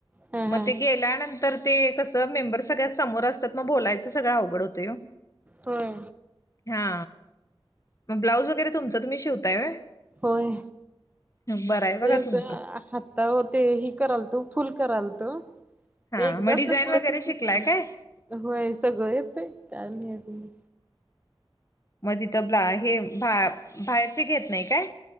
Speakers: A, on the right; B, on the left.
A: हा हा
B: मग ते गेल्यानंतर ते कसं मेंबर सगळ्या समोर असतात ना, मग बोलायचं सगळं अवघड होतंय ओ.
A: होय.
B: हा, मग ब्लाऊज वगैरे तुमचं तुम्ही शिवताय व्हय?
A: होय,
B: बरं आहे बघा
A: तेच
B: तुमचं
A: हा आहो ते ही करायल तो, फुल करायल तो,
B: हा
A: एकदा
B: मग डिझाईन
A: चुकलं
B: वगैरे
A: की चुकलं.
B: शिकलाय काय
A: होय सगळं येतय, काय नाही येत नाही.
B: म <unintelligible> तथंबला हे बाहेरचे घेत नाही काय?